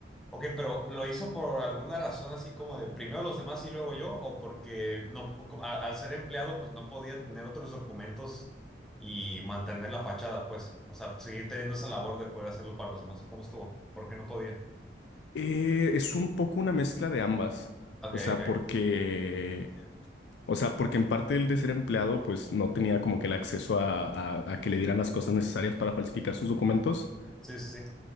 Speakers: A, in the centre; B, on the left.
A: ok, pero ¿lo hizo por alguna razón así como de primero los demás y luego yo? ¿O porque no, como a- al ser empleado, pues no podía tener otros documentos y mantener la fachada, pues? O sea, seguir teniendo esa labor de poder hacerlo para los demás. ¿Cómo estuvo? ¿Por qué no podía?
B: Eh, es un poco una mezcla de ambas.
A: Ok,
B: O sea,
A: ok.
B: porque O sea, porque en parte el de ser empleado, pues no tenía como que el acceso a, a- a que le dieran las cosas necesarias para falsificar sus documentos,
A: Sí, sí, sí.